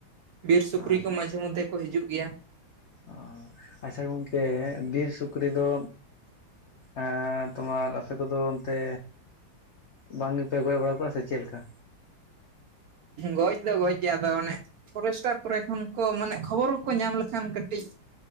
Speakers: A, on the right; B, on the left.
A: ᱵᱤᱨ ᱥᱩᱠᱨᱤ
B: ᱚ
A: ᱠᱚ ᱢᱟᱡᱷᱮ ᱢᱚᱫᱷᱮ ᱠᱚ ᱦᱤᱡᱩᱜ ᱜᱮᱭᱟ
B: ᱚ ᱟᱪᱷᱟ ᱜᱚᱢᱠᱮ ᱵᱤᱨ ᱥᱩᱠᱨᱤ ᱫᱚ ᱮᱸ ᱛᱳᱢᱟᱨ ᱟᱯᱮ ᱠᱚᱫᱚ ᱚᱱᱛᱮ ᱵᱟᱝ ᱜᱮᱯᱮ ᱜᱚᱡ ᱵᱟᱲᱟ ᱠᱚᱣᱟ ᱥᱮ ᱪᱮᱫᱞᱮᱠᱟ
A: ᱜᱚᱡ ᱫᱚ ᱜᱚᱡ ᱜᱮ ᱟᱫᱚ ᱚᱱᱮ ᱯᱷᱚᱨᱮᱥᱴᱟᱨ ᱠᱚᱨᱮ ᱠᱷᱚᱱ ᱠᱚ ᱢᱟᱱᱮ ᱠᱷᱚᱵᱚᱨ ᱠᱚᱠᱚ ᱧᱟᱢ ᱞᱮᱠᱷᱟᱱ ᱠᱟᱹᱴᱤᱡ